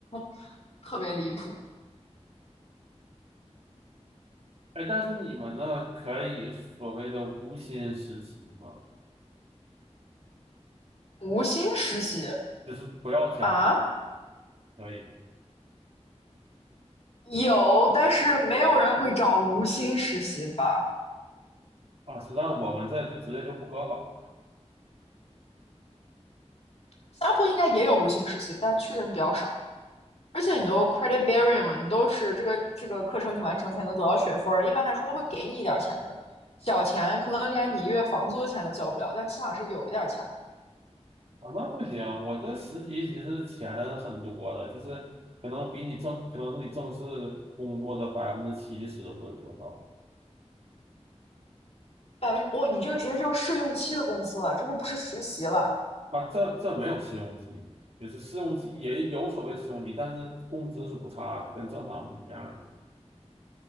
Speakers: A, on the left; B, on the right.
A: <laughs> 特别离谱。
B: 哎，但是你们呢，可以所谓的无薪实习吗？
A: 无薪实习
B: 就是不要钱，
A: 啊，
B: 可以吗？
A: 有，但是没有人会找无薪实习吧？
B: 啊，实际上我们这就直接就不合法
A: 新加坡应该也有无薪实习，但去的人比较少。而且你都 credit bearing 了，你都是这个这个课程你完成才能得到学分儿，一般来说都会给你一点钱的，小钱可能连你一月房租的钱都交不了，但起码是有一点钱的。
B: 啊，那不行，我这实习其实钱很多的，就是可能比你正可能是你正式工作的百分之七十或者多少。
A: 百分哇，你这个直接就是试用期的工资了，这个不是实习了。
B: 啊，这这没有试用期，就是试用期也有所谓试用期，但是工资是不差的，跟正常是一样的。